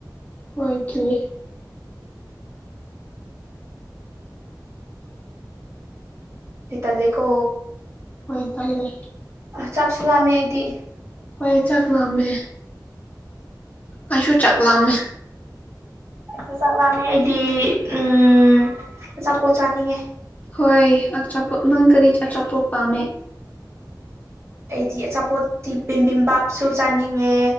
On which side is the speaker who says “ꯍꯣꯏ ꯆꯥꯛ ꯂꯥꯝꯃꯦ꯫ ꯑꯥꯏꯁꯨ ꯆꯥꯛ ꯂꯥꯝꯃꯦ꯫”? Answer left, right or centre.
Left